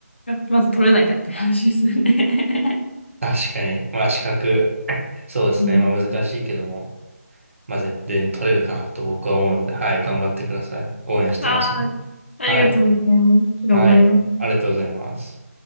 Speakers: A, on the left; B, on the right.
A: まず取れなきゃって話ですね。<laughs>
B: 確かに。まあ資格。そうですね。
A: うん。
B: まあ難しいけども、まあ絶対取れるかなと僕は思うので、はい、頑張ってください。応援してます。
A: ああ、ありがとうございます。
B: はい、
A: 頑張ります。
B: はい、ありがとうございます。